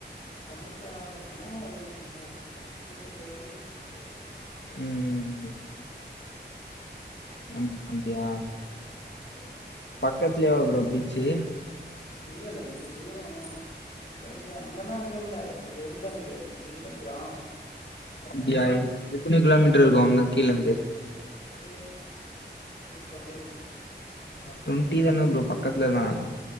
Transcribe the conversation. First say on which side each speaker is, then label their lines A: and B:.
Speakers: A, on the left (about 60°); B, on the left (about 75°).
A: ஸ்டார்ட் ஆவல மேக இருக்குது மழ தூத்து போடுது மழைய காணோ
B: ம் அம் அப்டியா
A: ஆமா ப்ரோ
B: பக்கத்துலயா ப்ரோ பீச்சி
A: இல்ல இல்ல இது தூரோ கொஞ்சோ அங்கன்னா அங்க இல்ல கொஞ்சோ உள்ள இங்க உள்ள கிராம அதனால
B: அப்டியா எத்தன கிலோமீட்ர் இருக்குர அங்க கீழந்து
A: ஒரு டொண்டி இருக்கு
B: டொண்டி தான ப்ரோ பக்கத்துலதா